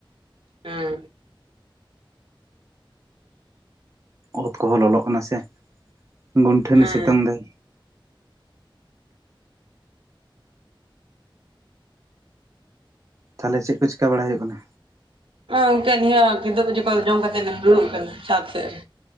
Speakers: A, on the right; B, on the right.
A: ᱦᱮᱸ
B: ᱚᱛ ᱠᱚᱦᱚᱸ ᱞᱚᱞᱚᱜ ᱠᱟᱱᱟ ᱥᱮ ᱜᱚᱱᱴᱷᱟᱹᱱᱤ
A: ᱦᱮᱸ
B: ᱥᱤᱛᱩᱝ ᱫᱟᱭ ᱛᱟᱦᱮᱞᱮ ᱪᱮᱫ ᱠᱚ ᱪᱤᱠᱟ ᱵᱟᱲᱟ ᱦᱩᱭᱩᱜ ᱠᱟᱱᱟ
A: ᱚ ᱜᱚᱢᱠᱮ ᱱᱤᱭᱟᱹ ᱠᱤᱫᱩᱜ ᱡᱚᱢᱟᱜ ᱠᱚ ᱡᱚᱢ ᱠᱟᱛᱮ ᱫᱩᱲᱩᱵ ᱟᱠᱟᱱᱟ ᱪᱷᱟᱛ ᱥᱮᱫ ᱨᱮ